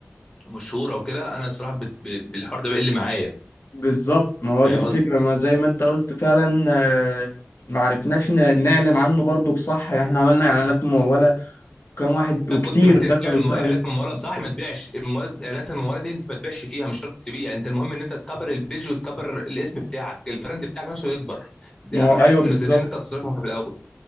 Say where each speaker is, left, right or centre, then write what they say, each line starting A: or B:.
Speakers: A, on the left; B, on the left.
A: ومشهوره وكده انا الصراحه بت- ب- بالحوار ده بيقل معايا
B: بالظبط ما هو
A: فاهم
B: دي الفكرة ما زي ما انت قلت فعلا آه، ما عرفناش ن- نعلن عنه برضو صح احنا عملنا اعلانات ممولة وكم واحد وكتير
A: كنت محتاج
B: دخلوا
A: تعمل مو-
B: سألوا
A: اعلانات مموله صح ما تبيعش المواد اعلانات المموله دي انت ما تبيعش فيها مش شرط تبيع انت المهم ان انت تكبر البيج وتكبر الاسم بتاعك البراند بتاعك نفسه يكبر دي
B: ما
A: اهم
B: هو ايوه
A: حاجه في
B: بالظبط
A: الميزانيه ان انت تصرفها في الاول